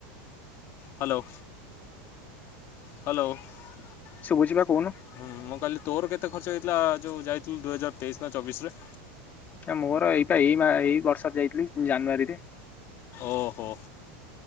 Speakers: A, on the left (about 45°); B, on the left (about 30°).
A: ହ୍ୟାଲୋ। ହ୍ୟାଲୋ। <inaudible>
B: ଶୁଭୁଛି ବା କହୁନୁ
A: ହୁଁ ମୁଁ କାଲି ତୋର କେତେ ଖର୍ଚ୍ଚ ଥିଲା ଯୋଉ ଯାଇଥିଲୁ ଦୁଇ ହଜାର ତେଇଶି ନା ଚବିଶ ରେ।
B: ମୋର ଏଇଟା ଏଇ ମା ଏଇ ବର୍ଷ ଯାଇଥିଲି ଜାନୁଆରୀରେ।
A: ଓହୋ।